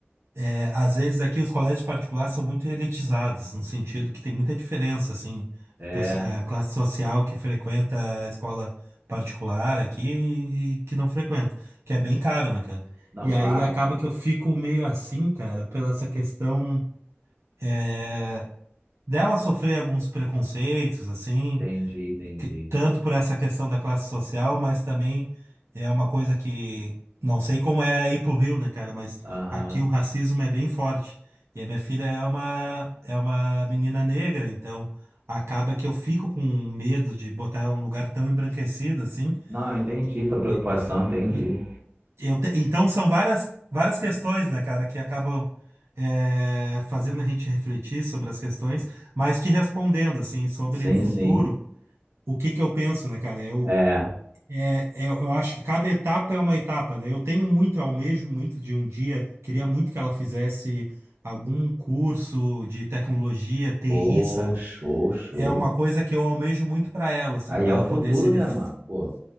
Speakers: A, on the right; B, on the right.
A: É, às vezes aqui os colégios particulares são muito elitizados, no sentido que tem muita diferença, assim,
B: É,
A: pesso- a classe social que frequenta a escola particular aqui e e que não frequenta, que é bem caro, né, cara?
B: não,
A: E
B: claro,
A: aí acaba
B: pô.
A: que eu fico meio assim, cara, pela essa questão, é, dela sofrer alguns preconceitos, assim,
B: Entendi, entendi.
A: que- tanto por essa questão da classe social, mas também é uma coisa que não sei como é aí pro Rio, né, cara, mas
B: Aham.
A: aqui o racismo é bem forte. E a minha filha é uma é uma menina negra, então acaba que eu fico com medo de botar ela num lugar tão embranquecido assim.
B: Não, eu entendi tua
A: E,
B: preocupação, entendi.
A: e eu te- então são várias várias questões, né, cara, que acabam é, fazendo a gente refletir sobre as questões, mas te respondendo assim sobre
B: Sim,
A: o futuro,
B: sim.
A: o que que eu penso, né, cara? Eu
B: É.
A: é, é, eu acho que cada etapa é uma etapa, né? Eu tenho muito, eu almejo muito de um dia, queria muito que ela fizesse algum curso de tecnologia, TI,
B: Pô,
A: sabe?
B: show, show.
A: É uma coisa que eu almejo muito para ela, assim,
B: Aí
A: para
B: é
A: ela
B: o futuro,
A: poder se def...
B: né, mano? Pô,